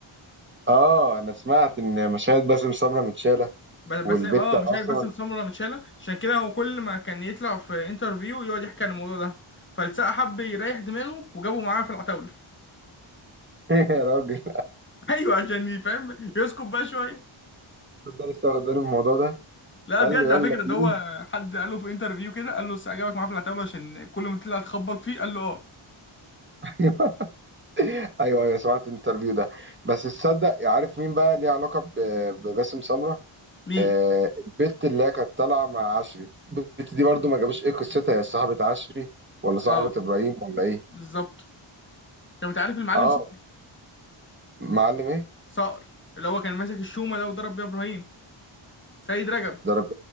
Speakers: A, on the right; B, on the left.
A: اه انا سمعت ان مشاهد باسم سمره متشاله
B: بس بس
A: والبت
B: اه
A: اصلا
B: مش عارف بس سمرة متشالة عشان كده هو كل ما كان يطلع في انترفيو يقعد يحكي عن الموضوع ده فالسقا حب يريح دماغه وجابه معاه في العتاولة
A: <laughs> يا راجل
B: <laughs> ايوه عشان يفهم يسكت بقى شوية
A: ده لسه واخد بالي من الموضوع ده
B: لا
A: قال
B: بجد
A: له
B: على
A: يلا
B: فكرة
A: بينا
B: ده هو حد قال له في انترفيو كده قال له بس عجبك معاه في العتاولة عشان كل ما تطلع تخبط فيه قال له اه
A: <laughs> ايوه ايوه سمعت الانترفيو ده بس تصدق عارف مين بقى ليه علاقه ب- بباسم سمره
B: مين؟
A: آه البت اللي هي كانت طالعه مع عشري البت دي برضو ما جابوش ايه قصتها هي صاحبه عشري ولا صاحبه
B: اه
A: ابراهيم ولا ايه
B: بالظبط طب انت عارف المعلم
A: اه
B: صقر؟
A: معلم ايه
B: صقر اللي هو كان ماسك الشومة ده وضرب بيها ابراهيم سيد رجب
A: ضرب